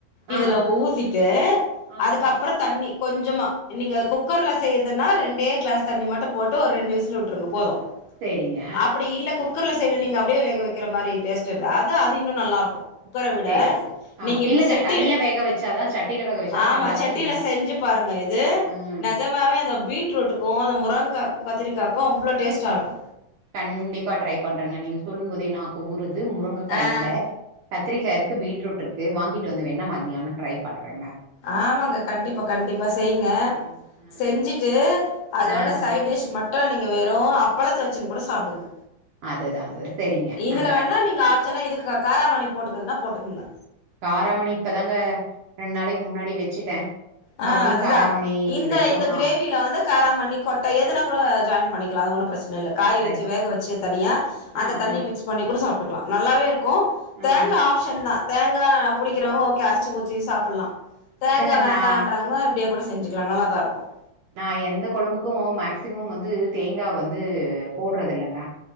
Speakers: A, on the right; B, on the left.
A: ஆ
B: இதுல ஊத்திட்டு
A: ஆ
B: அதுக்கப்பறோ த தண்ணி கொஞ்சமாக நீங்க குக்கர்ல செய்யறதுன்னா ரெண்டே கிளாஸ் தண்ணி மட்டு போட்டு ஒரு ரெண்டு விசில் விட்டு்ருங்க போதும்
A: சேரிங்க
B: அப்டி இல்ல குக்கர்ல செய்யல நீங்க அப்டியே வேக வைக்கிற மாரி டேஸ்டுலா அது அது இன்னு நல்லா இருக்கு குக்கர விட
A: சரி, சரி. ஆ
B: நீங்க இப்டி
A: இல்லங்க
B: செட்டி
A: தனியா வேக வச்சாதா சட்டியில வேக வச்சாதா
B: ஆமா
A: நல்லா இருக்குங்க.
B: செட்டியில செஞ்சு பாருங்க இது
A: ம்
B: நஜ நிஜமாவே அந்த பீட்ரூட்டுக்கு அந்த முருங்காக்கு கத்திரிக்காய்க்கு அவ்ளோ டேஸ்ட்டா இருக்கு
A: கண்டிப்பா ட்ரை பண்றங்க நீங்க சொல்லு போதே நாக்கு ஊருது முருங்கக்கா
B: ஆஹ்
A: இல்ல கத்திரிக்காய் இருக்கு பீட்ரூட் இருக்கு வாங்கிட்டு வந்து வேன மதியானோ ட்ரை பண்ணுறேங்க
B: ஆமாங்க கண்டிப்பா கண்டிப்பா செய்ங்க
A: ம் ம்
B: செஞ்சுட்டு அதோட
A: ஆ ஆ
B: சைடிஷ் மட் டும் நீங்க வெறு‌ அப்பளத்த வச்சுட்டு கூட சாப்டுங்க
A: அதுதா அது சரிங்க.
B: இதுல
A: நா கண்டி
B: வேணா நீங்க ஆப்ஷன்ஸ் இதுக்கு காராமணி போட்டுக்குதுன்னா போட்டுக்கங்க
A: காராமணி இப்பதாங்க ரெண்டு நாளைக்கு முன்னாடி வச்சுட்டே‌
B: ஆ
A: மறுபடியு
B: அதுதா
A: காராமணி
B: இந்த
A: வச்சோனா
B: இந்த கிரேவில வந்து காராமணி கொட்ட எதுனா கூட ஜாயின் பண்ணிக்கலா அது ஒன்னு பிரச் சன இல்ல காய
A: பிரச்
B: வச்சு வேக வச்சு தனியா அந்த
A: ஆ
B: தண்ணிய
A: ஆ
B: மிக்ஸ் பண்ணி கூட சாப்ட்டுக் க்க நல்லாவே இருக்கும்
A: ஆ
B: தேங்காய் ஆப்ஷன் தா தேங்காய் பிடிக்கிறவங்க ஓகே அரைச்சி ஊத்தி சாப்படலாம் தேங்கா
A: இல்லங்க
B: வேண்டான்றவங்க
A: நா
B: இப்டியே கூட செஞ்சுக்கலாம் நல்லாதான் இருக்கும்
A: நா எந்த குழம்புக்கு மேக்ஸிமம் வந்து தேங்கா வந்து போடுறது இல்லைங்க